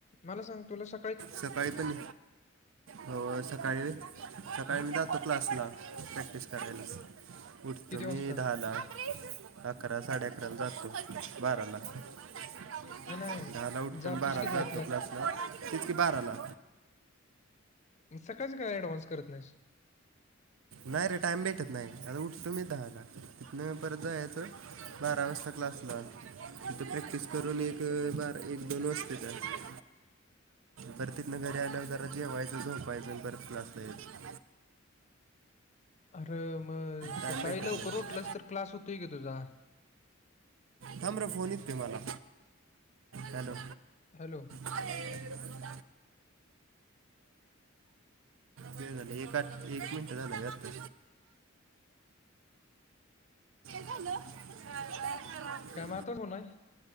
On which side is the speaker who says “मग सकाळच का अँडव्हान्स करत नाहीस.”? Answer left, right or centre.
Left